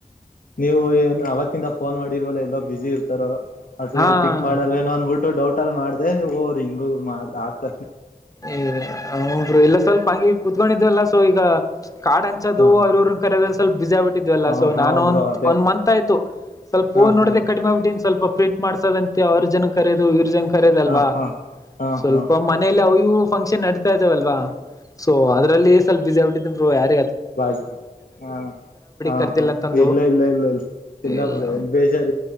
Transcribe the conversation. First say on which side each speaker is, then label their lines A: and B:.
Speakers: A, on the left (about 65°); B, on the left (about 20°).
A: ನೀವು ಏನ್ ಅವತ್ತಿಂದ ಫೋನ್ ಮಾಡಿರವಲ್ಲ ಎಲ್ಲೋ ಬಿಸಿಿ ಇರ್ತಾರೋ ಅಥವಾ
B: ಹಾ
A: ಏನ್ ಪಿಕ್ ಮಾಡಲ್ ೋಂದ್ಬಟ್ಟ ಡೌಟ್ ಅಲ್ಲಿ ಮಾಡ್ದ ಹಿಂಗ ಮಾಡ್ದ ಆಗ್ತ
B: ಏ ಹರು ಎಲ್ಲ ಸ್ವಲ್ಪ ಹಂಗಿ ಕುೂತ್ಕೊಂಡಿದ್ವಲ್ಲ ಸೊ ಈಗ ಕಾಡಂಚೋದು
A: ಹ
B: ಅವ್ರವ್ರನ್ ಕರ ಸ್ಲ್ ಬಜಬಟ್ಟ ್ಲ್ಲ
A: ಹಾ
B: ಸೊ
A: ಹಾ
B: ನಾನು
A: ಬ್ರೋ
B: ಒಂದ
A: ಅದೇ
B: ಒಂದ ಮಂತ್ ಆಯ್ತು ಸ್ವಲ್ಪ
A: ಹಾ
B: ಹೂ ನೋಡದೆ
A: ಹಾ
B: ಕಡಿಮೆಗ್ಬಿಟ್ಟಿ ಸ್ವಲ್ಪ ಪ್ರಿಂಟ್ ಮಾಡಸೋದಂತೆ ಅವ್ರ ಜನ ಕರೋದು ಇವ್ರ ಜನ ಕರ್ಯೋದ ಅಲ್ವಾ
A: ಹಾ ಹಾ ಹಾ
B: ಸ್ವಲ್ಪ
A: ಹಾ
B: ಮನೇಲಿ ಅವ ನೀವು ಫಂಕ್ಷನ್ ನಡತಾ ಇದಾವವಲ್ವಾ ಸೊ ಅದ್ರಲ್ಲಿ ಸ್ವಲ್ಪ ಬಿಸಿಿ ಆಬಿಟ್ಟಿದನ್ರು ಯಾರ
A: ಬಾಜ ಹ ಹ
B: ಕರ್ದಿಲ್ಲ
A: ಹಾ
B: ಅಂತಂದು
A: ಇಲ್ಲ ಇಲ್ಲ ಇಲ್ಲ ಇಲ್ಲ ಇಲ್ಲಬ್ರ
B: ಇಲ್ಲ
A: ಎಲ್ಲಿ ಬೇಜಾರ